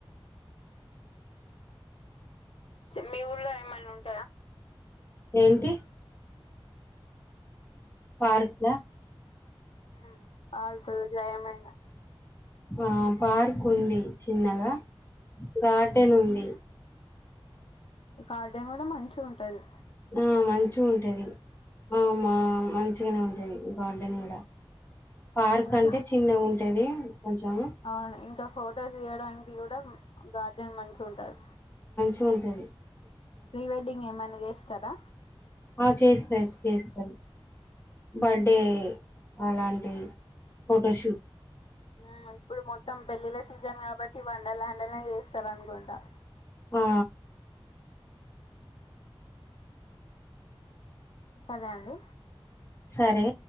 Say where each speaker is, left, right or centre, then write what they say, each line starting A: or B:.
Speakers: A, on the left; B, on the left.
A: మీ ఊర్లో ఎమన్న ఉంటే
B: ఏంటి పార్క్లా
A: హం పాాల స జయమైన
B: ఆ పార్క్ ఉంది చిన్నగా గార్డెన్ ఉంది
A: ఈ గార్డెన్ కూడా మంచి ఉంటది
B: ఆ మంచి ఉంటేది ఆ మంచిగానే ఉంటేది గార్డెన్ కూడా పార్క్
A: ఇంకా
B: అంటే చిన్నగా ఉంటది కొంచెం
A: అవును ఇంకా ఫొటోస్ తీయడానికి కూడా గార్డెన్ మంచి ఉంటారు
B: చూల్దది
A: ప్రీ వెెడ్డింగ్ ఏ మన కదా
B: ఆ చేస్తాారు చేస్తారు బర్త్డే అలాంటి ఫటాశూట్
A: ఆ ఇప్పుడు మొత్తం పెళ్ల్లా సీజన్ కాబట్టి వండలు్యాండల్నే చేస్తారు అనుకుంటా
B: ఆ
A: సరే అండి
B: సరే